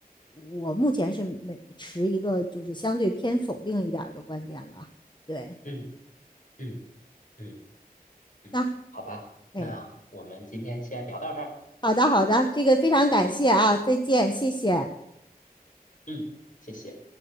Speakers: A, on the left; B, on the left.
A: 我目前是没持一个就是相对偏否定一点儿的观点了。对，
B: 嗯嗯嗯嗯，
A: 那
B: 好吧，
A: 哎，
B: 那我们今天先聊到这儿。
A: 好的好的，这个非常感谢啊，再见，谢谢。
B: 嗯，谢谢。